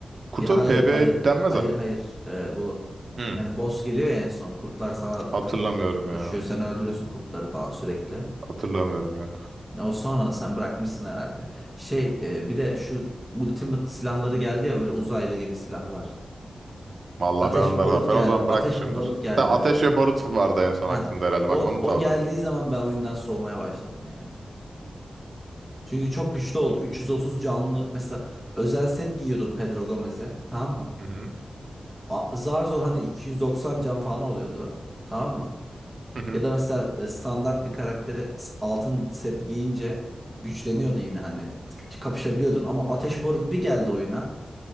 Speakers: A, on the right; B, in the centre.
A: Kurt
B: Ya hayır
A: avı PvE
B: hayır.
A: denmez
B: Hayır
A: ha.
B: hayır. Ee, bu
A: Hmm.
B: yani boss geliyor ya en son. Kurtlar sana
A: Hatırlamıyorum
B: push,
A: ya.
B: pushuyor. Sen öldürüyorsun kurtları falan sürekli.
A: Hatırlamıyorum yok.
B: O sonra da sen bırakmışsın herhalde. Şey e, bir de şu Ultimate silahları geldi ya böyle uzaylı gibi silahlar.
A: Vallahi
B: Ateş
A: ben onları
B: ve barut
A: da ben
B: geldi.
A: o zaman bırakmışımdır.
B: Ateş ve barut geldi
A: Tamam
B: hani.
A: Ateş ve Barut vardı en son
B: Ha
A: aklımda herhalde.
B: o
A: Bak onu
B: o
A: tanıdım.
B: geldiği zaman ben oyundan soğumaya başladım yani. Çünkü çok güçlü oldu. 330 canlı mesela özel set giyiyordun Pedro Gomez'e tamam mı?
A: Hı hı.
B: A- Zar zor hani 290 can falan oluyordu. Tamam mı?
A: Hı hı.
B: Ya da mesela e, standart bir karakteri s- altın set giyince güçleniyordu yine hani kapışabiliyordun ama Ateş Barut bir geldi oyuna.